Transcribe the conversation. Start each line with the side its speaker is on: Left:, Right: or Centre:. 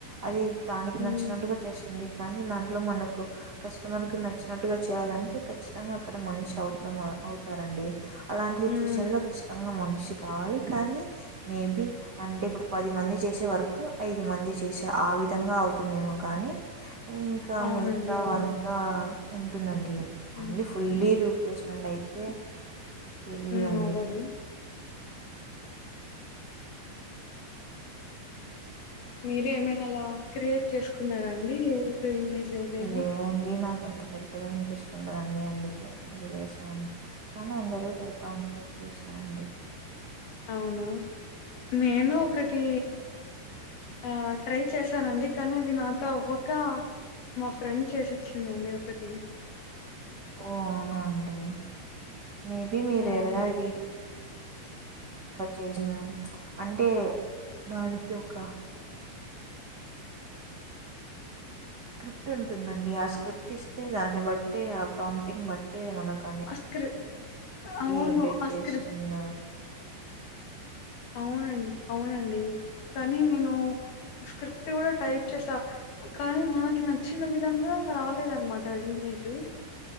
Right: అది దానికి
Left: హ్మ్.
Right: నచ్చినట్టుగా చేస్తుంది కానీ దాంట్లో మనకు కస్టమర్ కి నచ్చినట్టుగా చేయాలంటే ఖచ్చితంగా అక్కడ మనిషి అవుతాము అవుతారండి అలాంటి సిచువేషన్
Left: హ్మ్.
Right: లో కష్టంగా మనిషి కావాలి కానీ మేబి అంటే ఇప్పుడు పది మంది చేసే వర్కు ఐదు మంది చేసే ఆ విధంగా అవుతుందేమో కానీ ఇంకా
Left: అవునండి.
Right: మీకు
Left: అవును.
Right: అంత ఉంటుందండి
Left: హ్మ్.
Right: <unintelligible> రిప్లేస్మెంట్ అయితే తెలీదండి
Left: మ్ అవ్వదు మీరే ఏమైనా అలా క్రియేట్ చేసుకున్నారా అండి ఇమేజ్ ఏదైనా?
Right: లేదండి నాకు కొంత పెద్దగా ఇంట్రెస్ట్ ఉండదండి అందుకే వదిలే చ కానీ అందరి పెడతా ఉంటే చూసి అండి
Left: అవును నేను ఒకటి ఆ ట్రై చేశానండి కానీ అది నాతో అవ్వక మా ఫ్రెండ్ చేసిచ్చిందండి ఒకటి
Right: ఓ అవునా అండి మేబి మీరు
Left: ఆ!
Right: ఏవైనా వీడి రిఫర్ చేసిన అంటే దానికి ఒక స్క్రిప్ట్ ఉంటుందండి ఆ స్క్రిప్ట్ ఇస్తే దాన్ని బట్టే ఆ ప్రాప్టింగ్ బట్టే మనకు అనే
Left: అ స్క్రిప్ట్ అవును
Right: ఏ జనరేట్
Left: అ
Right: చేస్తున్న
Left: స్క్రిప్ట్ అవునండి అవునండి కానీ నేను స్క్రిప్ట్ కూడా టైప్ చేసా కానీ నాకు నచ్చిన విధంగా రాలేదనమాట ఇమేజ్